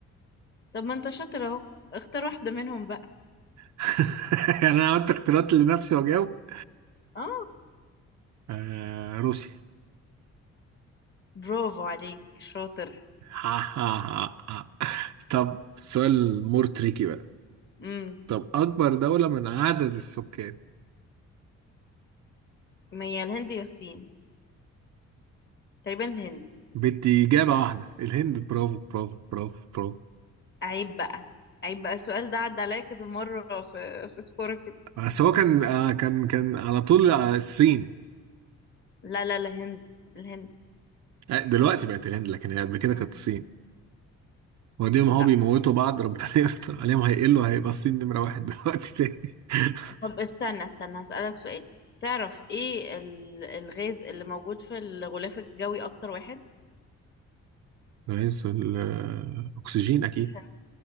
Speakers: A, on the left; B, on the right.
A: طب ما انت شاطر اهو اختار واحدة منهم بقى
B: <laughs> يعني انا عملت اختيارات لنفسي واجاوب
A: اه
B: آه روسيا <laughs>
A: برافو عليك شاطر
B: ها ها ها ها. طب سؤال مور تريكي بقى
A: امم
B: طب اكبر دولة من عدد السكان
A: ما هي الهند يا الصين تقريبا الهند
B: بدي اجابة واحدة الهند برافو برافو برافو برافو
A: عيب بقى عيب بقى السؤال ده عدى عليا كذا مرة في في سبورك
B: بس هو كان آه كان كان على طول آه، الصين
A: لا لا الهند الهند
B: آه، دلوقتي بقت الهند لكن هي قبل كده
A: مم.
B: كانت الصين وبعدين ما
A: لا
B: هو بيموتوا بعض ربنا <laughs> يستر عليهم هيقلوا هيبقى الصين نمرة واحد دلوقتي تاني <laughs>
A: طب استنى استنى هسألك سؤال تعرف ايه ال- الغاز اللي موجود في الغلاف الجوي اكتر واحد
B: رئيس الأكسجين أكيد
A: عشان